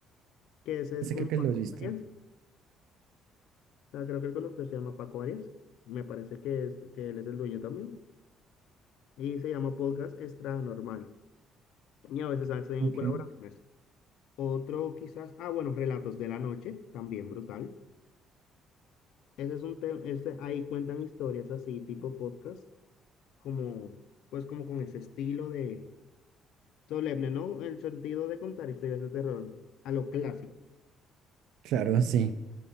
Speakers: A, on the left (about 75°); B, on the right (about 80°).
A: que ese
B: Ese
A: es con
B: creo que
A: Paco
B: lo has visto.
A: Arias. O sea, creo que el conductor se llama Paco Arias. Me parece que, es, que él es el dueño también. Y se llama Podcast Extra Normal. Y a veces hacen
B: Ok.
A: colaboraciones. Otro quizás, ah, bueno, Relatos de la Noche, también brutal. Ese es un tema, este, ahí cuentan historias así, tipo podcast como, pues como con ese estilo de solemne, ¿no? El sentido de contar historias de terror a lo clásico.
B: Claro, sí.